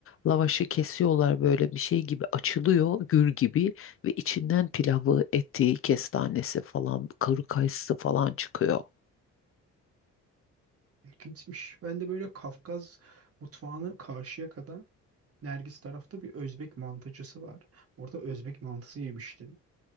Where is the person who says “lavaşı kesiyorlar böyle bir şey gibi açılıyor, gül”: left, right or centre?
Left